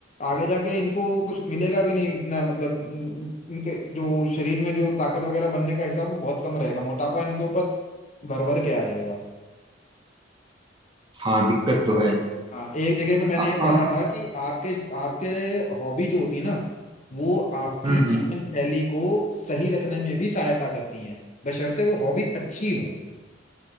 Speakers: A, on the left (about 40°); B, on the right (about 25°).
A: आगे जाके इनको कुछ मिलेगा भी नहीं इतना मतलब इन- इनके जो शरीर में जो ताकत वगैरह बनने का हिसाब वो बहुत कम रहेगा मोटापा इनके ऊपर भर भर के आ जाएगा
B: हाँ दिक्कत तो है
A: हाँ एक जगह पे मैंने
B: आ,
A: ये पढ़ा
B: आ,
A: था कि आपके आपके हॉबी जो होती है ना वो आपकी
B: हम्म हम्म
A: जीवन शैली को सही रखने में भी सहायता करती हैं बशर्ते वो हॉबी अच्छी हो